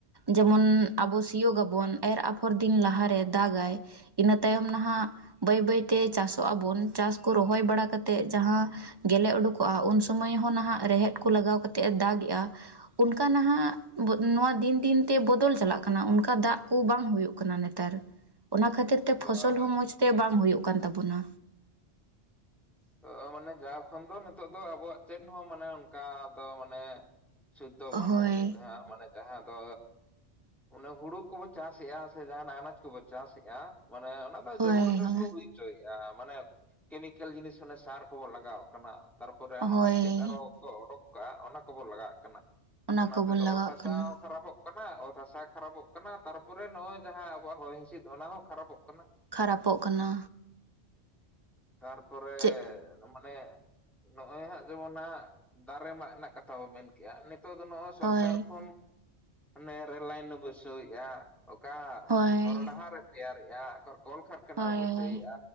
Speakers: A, on the right; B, in the centre.
A: ᱡᱮᱢᱚᱱ ᱟᱵᱚ ᱥᱤᱭᱳᱜᱟᱵᱚᱱ ᱮᱨ ᱟᱯᱷᱚᱨ ᱫᱤᱱ ᱞᱟᱦᱟᱨᱮ ᱫᱟᱜᱟᱭ ᱤᱱᱟᱹ ᱛᱟᱭᱚᱢ ᱱᱟᱦᱟᱜ ᱵᱟᱹᱭ ᱵᱟᱹᱭᱛᱮ ᱪᱟᱥᱚᱜ ᱟᱵᱚᱱ ᱪᱟᱥ ᱠᱚ ᱨᱚᱦᱚᱭ ᱵᱟᱲᱟ ᱠᱟ ᱠᱟᱛᱮᱫ ᱡᱟᱦᱟᱸ ᱜᱮᱞᱮ ᱩᱰᱩᱠᱚᱜᱼᱟ ᱩᱱ ᱥᱚᱢᱚᱭ ᱦᱚᱸ ᱱᱟᱦᱟᱜ ᱨᱮᱦᱮᱫ ᱠᱚ ᱞᱟᱜᱟᱣ ᱠᱟᱛᱮᱜ-ᱮ ᱫᱟᱜᱮᱜᱼᱟ ᱚᱱᱠᱟ ᱱᱟᱦᱟᱜ ᱱᱚᱣᱟ ᱫᱤᱱ ᱫᱤᱱ ᱛᱮ ᱵᱚᱫᱚᱞ ᱪᱟᱞᱟᱜ ᱠᱟᱱᱟ ᱚᱱᱠᱟ ᱫᱟᱜ ᱠᱚ ᱵᱟᱝ ᱦᱩᱭᱩᱜ ᱠᱟᱱᱟ ᱱᱮᱛ ᱱᱮᱛᱟᱨ ᱚᱱᱟ ᱠᱷᱟᱹᱛᱤᱨ ᱛᱮ
B: ᱦᱳᱭ
A: ᱯᱷᱚᱥᱚᱞ ᱦᱚᱸ ᱢᱚᱸᱡᱽ ᱛᱮ ᱵᱟᱝ ᱦᱩᱭᱩᱜ ᱠᱟᱱ ᱛᱟᱵᱚᱱᱟ
B: ᱚ ᱢᱟᱱᱮ ᱡᱟᱣ ᱠᱷᱚᱱ ᱫᱚ ᱱᱤᱛᱚᱜ ᱫᱚ ᱟᱵᱚᱣᱟᱜ ᱪᱮᱫ ᱦᱚᱸ ᱢᱟᱱᱮ ᱚᱱᱠᱟ ᱫᱚ ᱢᱟᱱᱮ ᱥᱩᱠ ᱫᱚ ᱵᱟᱹᱱᱩᱜ
A: ᱦᱳᱭ
B: ᱟᱹᱱᱤᱡ ᱢᱟᱱᱮ ᱡᱟᱦᱟᱸ ᱫᱚ ᱚᱱᱟ ᱦᱩᱲᱩ ᱠᱚᱵᱚ ᱪᱟᱥᱮᱫᱼᱟ ᱥᱮ ᱡᱟᱦᱱᱟᱜ ᱟᱱᱟᱡ ᱠᱚᱵᱚ ᱪᱟᱥᱮᱫᱼᱟ ᱢᱟᱱᱮ ᱚᱱᱟ ᱫᱚ
A: ᱦᱳᱭ
B: ᱡᱚᱵᱚᱨᱡᱚᱥ
A: ᱦᱳᱭ
B: ᱵᱚ ᱦᱩᱭᱼᱟ ᱦᱚᱪᱚᱭᱮᱜ-ᱟ ᱢᱟᱱᱮ ᱠᱮᱢᱤᱠᱮᱞ ᱡᱤᱱᱤᱥ ᱢᱟᱱᱮ ᱥᱟᱨ ᱠᱚᱵᱚ ᱞᱟᱜᱟᱣᱟᱜ ᱠᱟᱱᱟᱸ ᱛᱟᱨᱯᱚᱨᱮ
A: ᱦᱳᱭ
B: ᱚᱱᱟ ᱪᱮᱫ ᱟᱨᱚ ᱠᱚ ᱚᱰᱚᱠ ᱠᱟᱜᱼᱟ ᱚᱱᱟ ᱠᱚᱵᱚ ᱞᱟᱜᱟᱣᱟᱜ ᱠᱟᱱᱟ ᱚᱱᱟ
A: ᱠᱚᱵᱚᱱ
B: ᱛᱮᱫᱚ
A: ᱞᱟᱜᱟᱣᱟᱜ
B: ᱚᱛ ᱦᱟᱥᱟ
A: ᱠᱟᱱᱟ
B: ᱦᱚᱸ ᱠᱷᱟᱨᱟᱯᱚᱜ ᱠᱟᱱᱟ ᱚᱛ ᱦᱟᱥᱟ ᱠᱷᱟᱨᱟᱯᱚᱜ ᱠᱟᱱᱟ ᱛᱟᱨᱯᱚᱨᱮ ᱱᱚᱜᱼᱚᱭ ᱡᱟᱦᱟᱸ ᱟᱵᱚᱣᱟᱜ ᱦᱚᱭ ᱦᱤᱸᱥᱤᱫ ᱚᱱᱟ ᱦᱚᱸ ᱠᱷᱟᱨᱟᱯᱚᱜ ᱠᱟᱱᱟ
A: ᱠᱷᱟᱨᱟᱯᱚᱜ ᱠᱟᱱᱟ
B: ᱛᱟᱨᱯᱚᱨᱮ <unintelligible>
A: ᱪᱮᱫ
B: ᱢᱟᱱᱮ ᱱᱚᱜᱼᱚᱭ ᱦᱟᱸᱜ ᱡᱮᱢᱚᱱ ᱦᱟᱸᱜ ᱫᱟᱨᱮ ᱢᱟᱜ ᱨᱮᱱᱟᱜ ᱠᱟᱛᱷᱟ ᱵᱚ ᱢᱮᱱ ᱠᱮᱜᱼᱟ ᱱᱤᱛᱚᱜ ᱫᱚ ᱱᱚᱜᱼᱚᱭ ᱥᱚᱨᱠᱟᱨ
A: ᱦᱳᱭ
B: ᱠᱷᱚᱱ ᱱᱚᱣᱟ ᱨᱹᱞ ᱞᱟᱭᱤᱱᱮ ᱵᱟᱹᱭᱥᱟᱹᱣᱮᱫᱼᱟ ᱚᱠᱟ
A: ᱦᱳᱭ
B: ᱦᱚᱨᱚ ᱰᱟᱦᱟᱨᱮ ᱛᱮᱭᱟᱨᱮᱜᱼᱟ ᱚᱠᱟ ᱠᱚᱞᱠᱟᱨᱠᱷᱟᱱᱟ
A: ᱦᱳᱭ
B: ᱵᱟᱹᱥᱟᱹᱭᱮᱫᱼᱟ
A: ᱦᱳᱭ